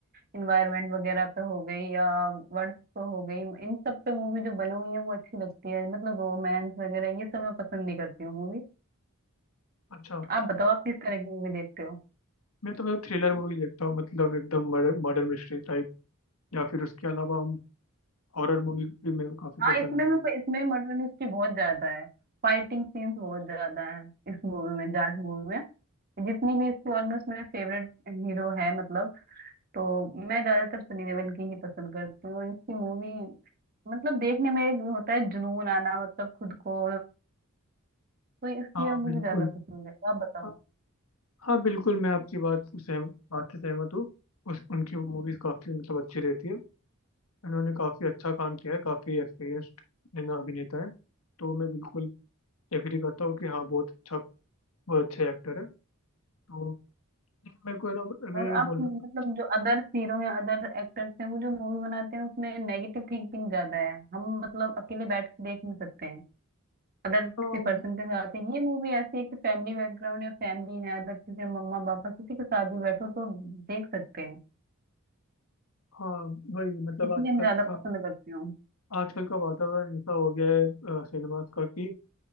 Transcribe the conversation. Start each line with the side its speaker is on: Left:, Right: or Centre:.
Right: इन्वायरमेंट वगैरह पे हो गई या वर्ड्स पे हो गई इन सब पे मूवी जो बनी हुई है वो अच्छी लगती है मतलब रोमांस वगैरह ये सब मैं पसंद नहीं करती हूँ मूवी
Left: अच्छा
Right: आप बताओ आप किस तरह की मूवी देखते हो
Left: मैं तो मतलब थ्रिलर मूवी देखता हूँ मतलब एकदम मर्डर मर्डर मिस्ट्री टाइप या फिर उसके अलावा हम हॉरर मूवी भी मेरे को काफ़ी
Right: हाँ
Left: पसंद
Right: इसमें
Left: है
Right: भी इसमें भी मर्डर मिस्ट्री बहुत ज्यादा है फाइटिंग सीन्स बहुत ज्यादा है इस मूवी में जाट मूवी में जितनी भी इसकी ऑलमोस्ट मेरे फेवरेट हीरो है मतलब तो मैं ज्यादातर सनी देओल की ही पसंद करती हूँ इसकी मूवी मतलब देखने में एक होता है जुनून आना मतलब खुद को तो इसलिए
Left: हाँ बिल्कुल
Right: मुझे ज्यादा पसंद है आप बताओ
Left: हाँ हाँ, बिल्कुल मैं आपकी बात से सहम बात से सहमत हूँ उस उनकी मूवीज काफ़ी मतलब अच्छी रहती है उन्होंने काफ़ी अच्छा काम किया है काफ़ी एक्सपीरियंस्ड अभिनेता है तो मैं बिल्कुल एग्री करता हूँ कि हाँ बहुत अच्छा वो अच्छे एक्टर है तो मेरे को ना मैं
Right: और
Left: ये बोल
Right: आप मतलब
Left: रहा
Right: जो अदर हीरो या अदर एक्टर्स हैं वो जो मूवी बनाते हैं उसमें नेगेटिव थिंकिंग ज्यादा है हम मतलब अकेले बैठ के देख नहीं सकते हैं अदर किसी
Left: था हाँ
Right: पर्सन के साथ है ये मूवी ऐसी है कि फैमिली बैकग्राउंड या फैमिली है अदर किसी मम्मा पापा किसी के साथ भी बैठो तो देख सकते हैं
Left: हाँ वही मतलब
Right: इसलिए
Left: आजकल
Right: मैं ज्यादा
Left: का
Right: पसंद करती हूँ
Left: आजकल का वातावरण ऐसा हो गया है सिनेमास का कि